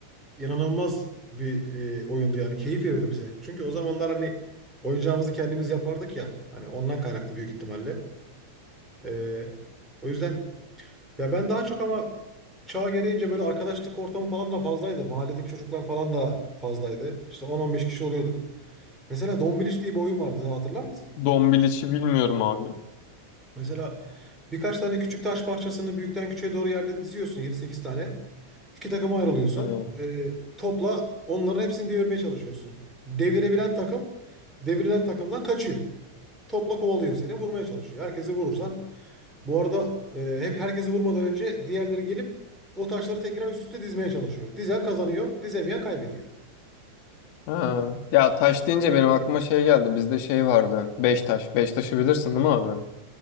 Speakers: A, in the centre; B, on the left (about 45°).
A: İnanılmaz bir e, oyundu yani keyif veriyordu bize. Çünkü o zamanlar hani oyuncağımızı kendimiz yapardık ya. Hani ondan kaynaklı büyük ihtimalle. E, o yüzden Ya ben daha çok ama çağ gereğince böyle arkadaşlık ortamı falan da fazlaydı. Mahalledeki çocuklar falan da fazlaydı. İşte 10-15 kişi oluyorduk. Mesela Dombiliç diye bir oyun vardı hatırlar mısın?
B: Dombiliçi bilmiyorum abi.
A: Mesela birkaç tane küçük taş parçasını büyükten küçüğe doğru yerde diziyorsun yedi sekiz tane. İki takıma ayrılıyorsun.
B: Evet.
A: Ee, topla onların hepsini devirmeye çalışıyorsun. Devirebilen takım devrilen takımdan kaçıyor. Topla kovalıyor seni. Vurmaya çalışıyor. Herkesi vurursan. Bu arada e, hep herkesi vurmadan önce diğerleri gelip o taşları tekrar üst üste dizmeye çalışıyor. Dizen kazanıyor. Dizemeyen kaybediyor.
B: Ha. Ya taş deyince benim aklıma şey geldi. Bizde şey vardı. Beş taş. Beş taşı bilirsin değil mi abi?